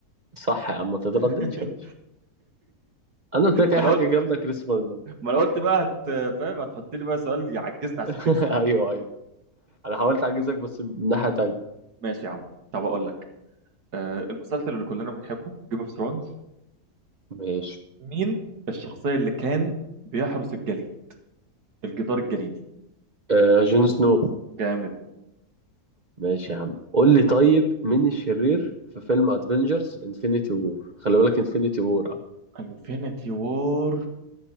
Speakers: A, on the right; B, on the right.
A: صح يا عم ما تترددش
B: <laughs>
A: يا باشا انا قلت لك اي
B: ما انا
A: حاجه
B: قلت
A: جامده كريستوفر نولان
B: ما انا قلت بقى هت فاهم هتحط لي بقى سؤال يعجزني عشان
A: <laughs>
B: تكسب
A: ايوه ايوه انا حاولت اعجزك بس من ناحيه تانية
B: ماشي يا عم طب اقول لك آه المسلسل اللي كلنا بنحبه جيم اوف ثرونز
A: ماشي
B: مين الشخصية اللي كان بيحرس الجليد الجدار الجليدي
A: آه جون سنو
B: جامد
A: ماشي يا عم قول لي طيب مين الشرير في فيلم ادفنجرز انفينيتي وور خلي بالك انفينيتي وور اه
B: انفينيتي وور